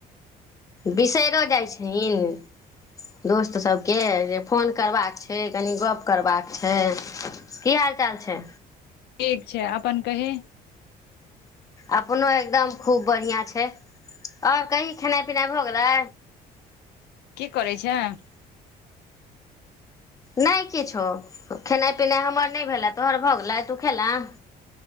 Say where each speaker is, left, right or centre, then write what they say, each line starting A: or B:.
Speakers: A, on the left; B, on the left.
A: बिसरियो जाइ छहिन दोस्त सबके जे फोन करबाक छै कनि गप्प करबाक छै, की हाल चाल छै।
B: ठीक छै अपन कहि।
A: अपनो एकदम खुब बढ़िया छै। और कही खेनाइ पिनाइ भ गेलै।
B: की करै छें।
A: नै किछो, खेनाइ पिनाइ हमर नहि भेलै, तोहर भ गेलौ तु खेलें।